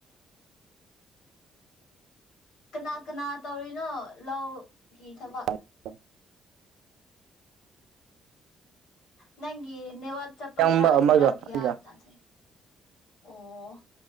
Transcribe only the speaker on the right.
<inaudible>
ꯏꯌꯥꯝꯕ
ꯑꯃꯒ
ꯑꯩꯒ